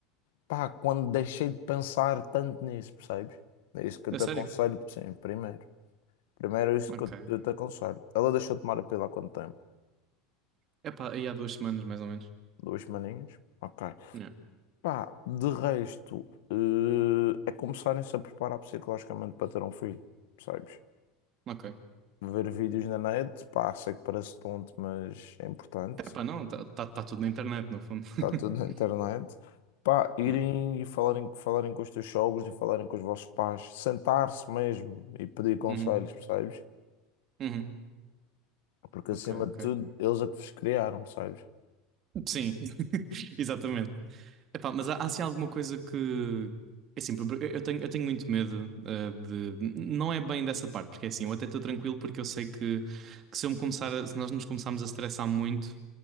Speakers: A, on the left (about 75°); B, on the right (about 30°).
A: pá, quando deixei de pensar tanto nisso, percebes? É isso que eu
B: a
A: te
B: sério?
A: aconselho, sim, primeiro. Primeiro é isso
B: Ok.
A: que eu eu te aconselho. Ela deixou de tomar a pílula há quanto tempo?
B: Epá, aí há duas semanas mais ou menos.
A: Duas semaninhas? Ok.
B: Yeah.
A: Pá, de resto, eh, é começarem-se a preparar psicologicamente para ter um filho, percebes?
B: Ok.
A: Ver vídeos na net, pá, sei que parece tonto, mas é importante.
B: Epá, não, tá, tá tá tudo na internet, no fundo. <laughs>
A: Está tudo na internet. Pá, irem
B: Yeah.
A: e falarem, falarem com os teus sogros e falarem com os vossos pais, sentar-se mesmo e pedir conselhos,
B: Uhum,
A: percebes?
B: uhum.
A: Porque
B: Ok,
A: acima
B: ok.
A: de tudo, eles é que vos criaram, percebes?
B: Sim, <laughs> exatamente. Epá, mas há, há assim alguma coisa que. É assim, por- eu tenho, eu tenho muito medo eh, de. Não é bem dessa parte, porque é assim, eu até estou tranquilo porque eu sei que, que se eu me começar a- se nós nos começarmos a estressar muito,